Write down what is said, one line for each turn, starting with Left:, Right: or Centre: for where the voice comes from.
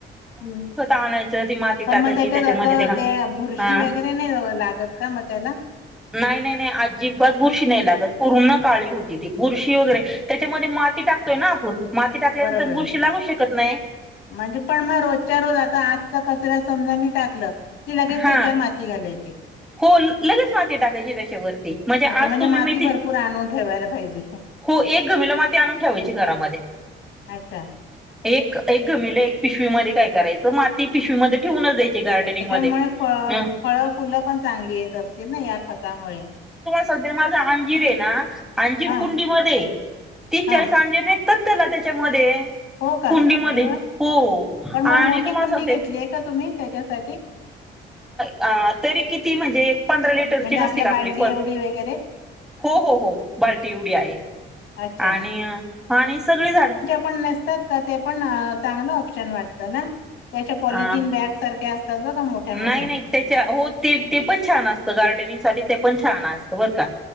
Left: ह्
Centre: आणायचं ती माती
Left: पण
Centre: टाकायची
Left: मग त्याच्यात
Centre: त्याच्यामध्ये
Left: असं ते बुरशी
Centre: हा
Left: वगैरे नाही लागत. काय म्हणलं?
Centre: नाही नाही. नाही अजिबात बुरशी नाही लागत पूर्ण काळी होती ती बुरशी वगैरे त्याच्यामध्ये माती टाकतोय ना आपण. माती टाकल्यानंतर
Left: बरोबर
Centre: बुरशी लागू शकत नाही.
Left: म्हणजे पण मग रोजच्या रोज आता आजचा कचरा समजा मी टाकलं. की लगेच
Centre: हा
Left: त्याच्यावर माती घालायची.
Centre: हो लगेच माती टाकायची त्याच्यावरती म्हणजे आज
Left: अच्छा
Centre: तुम्ही
Left: माती
Centre: मी ति
Left: भरपूर आणून ठेवायला पाहिजे
Centre: हो एक घमिला माती आणून ठेवायची घरामध्ये
Left: अच्छा
Centre: एक एक घमिलं एक पिशवीमध्ये काय करायचं माती पिशवीमध्येध्ये ठेवूनच द्यायची गार्डनिंग मध्ये
Left: त्यामुळे फ
Centre: अ
Left: फळ फुल पण चांगली येत असतील ना या खतामुळे.
Centre: ्या माझा अंजीर आहे ना अंजीर
Left: हा
Centre: कुंडी मध्ये तीस
Left: हा
Centre: चाळीस अंजीर. तर त्याला त्याच्यामध्ये
Left: हो का
Centre: कुंडीमध्ये
Left: अरे वा
Centre: हो.
Left: पण मग
Centre: आणि
Left: मोठी
Centre: तुम्हाला
Left: कुंडी
Centre: सांगते
Left: घेतलीय का तुम्ही त्याच्यासाठी.
Centre: अ तरी किती म्हणजे पंधरा लिटरची
Left: म्हणजे
Centre: नसती
Left: आपल्या
Centre: का
Left: बालदी
Centre: आपली पण
Left: एवढी वगैरे
Centre: हो हो हो बाल्टी एवढी आहे
Left: अच्छा
Centre: आणि आणि सगळे झाड.
Left: ण नसतात का ते पण चांगलं ऑप्शन वाटतं ना. त्याच्या पॉलिथीन
Centre: अ
Left: बॅग सारख्या असतात बघा मोठ्या मोठ्या.
Centre: नाही नाही त्याच्या हो ते ते पण छान असत गार्डनिंग साठी ते पण छान असत बर का.